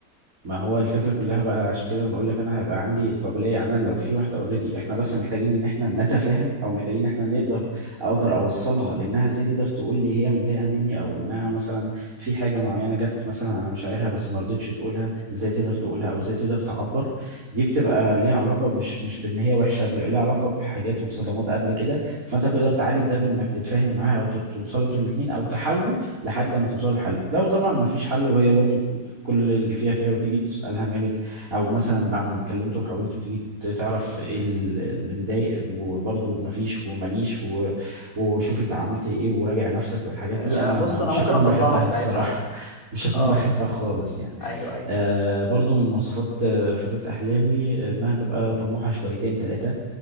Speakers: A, on the right (about 50°); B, on the left (about 50°).
A: ما هو الفكرة كلها بقى عشان كده بقول لك انا هيبقى عندي القابلية يعني انا لو في واحدة اوريدي احنا بس محتاجين ان احنا نتفاهم او محتاجين ان احنا نقدر اقدر اوصلها لانها ازاي تقدر تقول لي هي متضايقة مني او انها مثلا في حاجة معينة جت مثلا على مشاعرها بس ما رضتش تقولها ازاي تقدر تقولها او ازاي تقدر تعبر دي بتبقى ليها علاقة مش مش بان هي وحشة بيبقى ليها علاقة بحاجات وبصدمات قبل كده فانت بتقدر تعالج ده بانك تتفاهم معاها او ت- توصلوا انتوا الاتنين او تحاولوا لحد ما توصلوا لحل لو طبعا ما فيش حل وهي برضو ك- كل اللي فيها فيها وتيجي تسألها مالك او مثلا بعد ما اتكلمت وحاولت تيجي ت- تعرف ايه ال- اللي مضايق وبرضو ما فيش ومليش و... وشوف انت عملت ايه وراجع نفسك والحاجات
B: آه،
A: دي انا
B: بص
A: ما
B: أنا
A: مش
B: ممكن
A: هكون
B: أطلعها
A: بحبها
B: في ساعتها
A: الصراحة
B: عادي
A: <laughs> مش هكون
B: اه
A: بحبها خالص يعني
B: أيوه أيوه
A: آه برضو من مواصفات آه، فتاة أحلامي إنها تبقى طموحة شويتين تلاتة